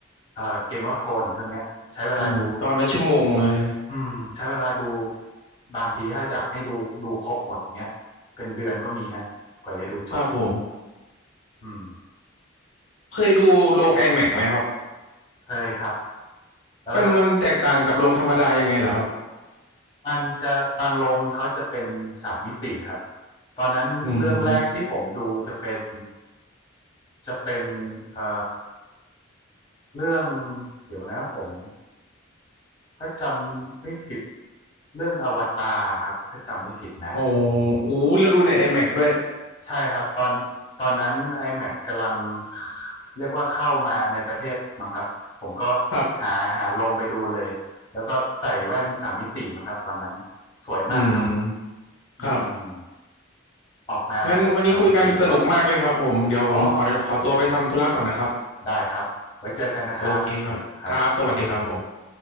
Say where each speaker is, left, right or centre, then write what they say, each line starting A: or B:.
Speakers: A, on the left (about 25°); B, on the left (about 70°).
A: เอ่อเกมออฟโนเรื่องเนี้ย ใช้เวลาดู
B: อืมตอนละชั่วโมงเลย
A: อืมใช้เวลาดูบางทีถ้าอยากให้ดูดูครบหมดเงี้ยเป็นเดือนก็มีฮะกว่าจะดูจบ
B: ครับผม
A: อืม
B: เคยดูโรง IMAX ไหมครับ
A: เคยครับเออ
B: มันมันแตกต่างกับโรงธรรมดายังไงเหรอครับ
A: มันจะบางโรงเขาจะเป็นสามมิติครับตอนนั้นเรื่องแรกที่ผมดูจะเป็น
B: อืม
A: จะเป็นเอ่อเรื่องเดี๋ยวนะผมถ้าจำไม่ผิดเรื่องอวตารครับถ้าจำไม่ผิดนะ
B: โอ้โหแล้วดูใน IMAX ด้วย
A: ใช่ครับตอนตอนนั้น iMac กำลังเรียกว่าเข้ามาในประเทศมั้งครับผมก็
B: ครับ
A: หาหาลงไปดูเลยแล้วก็ใส่แว่นสามมิติมั้งครับตอนนั้นสวยมากครับ
B: อืมครับ
A: อืมออกมาแบบสามมิติเลย
B: งั้นวันนี้คุยกันสนุกมากเลยครับผมเดี๋ยวผมขอขอตัวไปทำธุระก่อนนะครับ
A: อ๋อได้ครับไว้เจอกันนะครับ
B: โอเคครับครับสวัสดีครับผม
A: ครับ